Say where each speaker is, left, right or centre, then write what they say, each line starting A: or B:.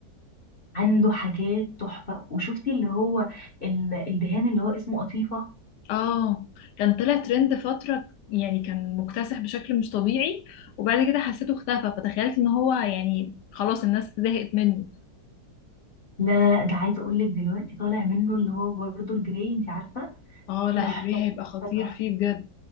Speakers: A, on the left; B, on the left.
A: عنده حاجات تحفة وشفتي اللي هو ال- الدهان اللي هو اسمه قطيفة
B: اه كان طلع ترند فترة يعني كان مكتسح بشكل مش طبيعي وبعد كده حسيته اختفى فتخيلت ان هو يعني خلاص الناس زهقت منه
A: لا لا لا ده عايزه اقول لك دلوقتي طالع منه اللي هو برضه الجراي انت عارفه
B: اه لا
A: تحفه
B: الجري
A: تحفه
B: هيبقى خطير
A: تحفه
B: فيه بجد